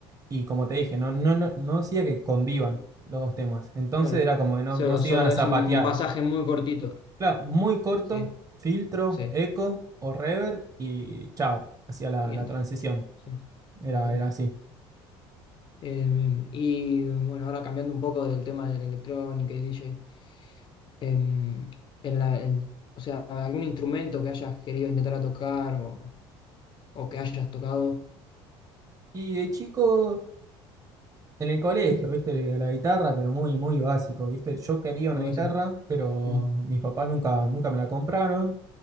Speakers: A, on the right; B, on the left.
A: y como te dije, no, no, no, no hacía que convivan los dos temas. Entonces
B: claro.
A: era como que no,
B: Solo,
A: no se
B: solo
A: iban a zapatear.
B: es un pasaje muy cortito.
A: Claro, muy corto,
B: Sí,
A: filtro,
B: sí,
A: eco o reverb y chao, hacía la,
B: y
A: la
B: entra.
A: transición.
B: Sí,
A: Era,
B: perfecto.
A: era así.
B: Em, em, y bueno, ahora cambiando un poco del tema de la electrónica y DJ. em, en la- en- o sea, algún instrumento que hayas querido intentar a tocar o, o que hayas tocado,
A: Y de chico, en el colegio, viste, la guitarra, pero muy, muy básico, viste. Yo quería una
B: muy
A: guitarra,
B: básico.
A: pero
B: Mm,
A: mis papás nunca, nunca me la compraron.